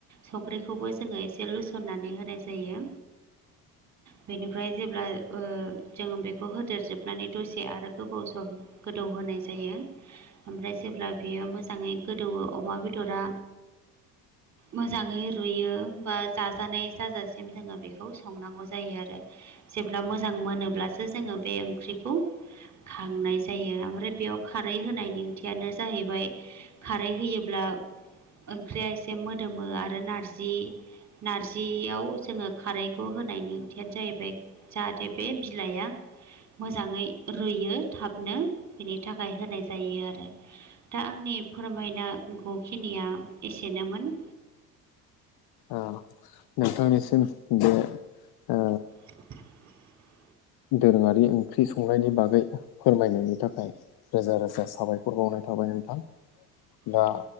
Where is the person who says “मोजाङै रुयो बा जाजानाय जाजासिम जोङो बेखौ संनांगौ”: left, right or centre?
Right